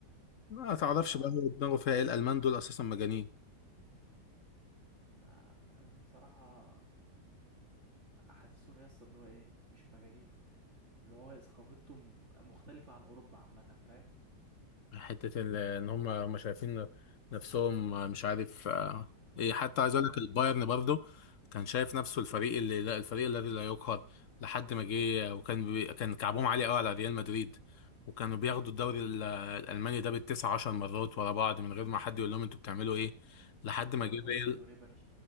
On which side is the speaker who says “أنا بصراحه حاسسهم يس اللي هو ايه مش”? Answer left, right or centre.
Right